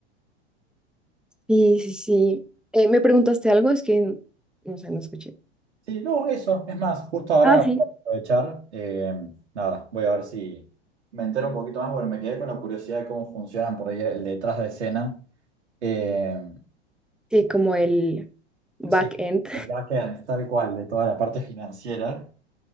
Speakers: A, in the centre; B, on the right (about 85°).
A: Sí, sí, sí. Eh, ¿me preguntaste algo? Es que, no sé, no escuché.
B: Sí, no, eso. Es más, justo ahora
A: Ah, sí.
B: voy a aprovechar. eh, nada, voy a ver si me entero un poquito más. Bueno, me quedé con la curiosidad de cómo funcionan por ahí el detrás de escena. eh,
A: Sí, como el back-end.
B: sí, el backend, tal cual, de toda la parte financiera.